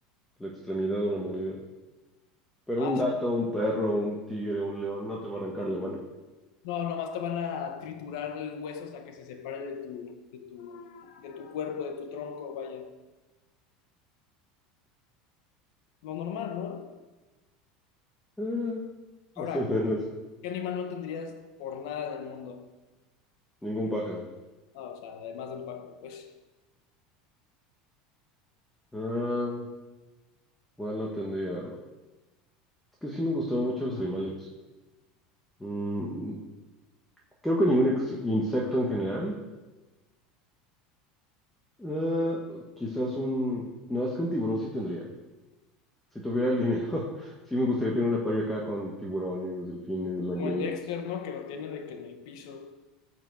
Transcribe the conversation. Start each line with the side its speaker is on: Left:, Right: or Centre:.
Centre: la extremidad de una mordida. Pero
Left: Ah,
Centre: un gato, un perro, un tigre, un león no te va a arrancar la mano.
Left: No, nomás te van a triturar el hueso hasta que se separe de tu, de tu, de tu cuerpo, de tu tronco, vaya. Lo normal, ¿no?
Centre: Ah,
Left: Ahora,
Centre: más o menos.
Left: ¿qué animal no tendrías por nada del mundo?
Centre: Ningún pájaro.
Left: Ah, o sea, además del pájaro, pues.
Centre: Ah, igual no tendría. Es que sí me gustaron mucho los animales. Mm, Creo que ningún ex- insecto en general. Eh, quizás un... No, es que un tiburón sí tendría. Si tuviera el dinero, <laughs> sí me gustaría tener un acuario acá con tiburones, delfines, ballenas.
Left: Como el Dexter, ¿no? Que lo tiene de que en el piso.